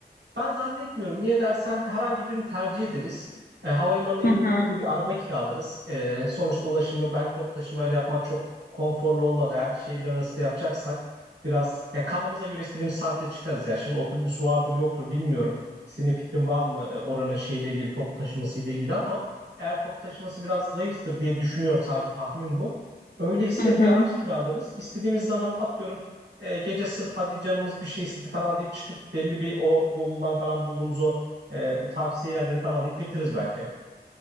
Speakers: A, on the right (about 85°); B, on the left (about 55°).
A: Ben zannetmiyorum. Niye dersen herhangi birini tercih ederiz. E, havalimanına indiğimizde
B: Hı hı.
A: bir araba kiralarız. E, sonuçta ulaşımı belki toplu taşımayla yapmak çok konforlu olmaz. Eğer şehirler arası da yapacaksak biraz e, kafamıza göre istediğimiz saatte çıkarız ya. Şimdi otobüs vardır yoktur bilmiyorum. Senin fikrin var mı e, oranın şeyle ilgili toplu taşıması ile ilgili ama eğer toplu taşıması biraz zayıftır diye düşünüyorum sadece tahmin bu. Öyleyse
B: Hı hı.
A: bir araç kiralarız. İstediğimiz zaman atıyorum e, gece sırf hadi canımız bir şey istedi falan deyip çıkıp belli bir o Google'dan falan bulduğumuz o e, tavsiye yerleri falan da gidebiliriz belki.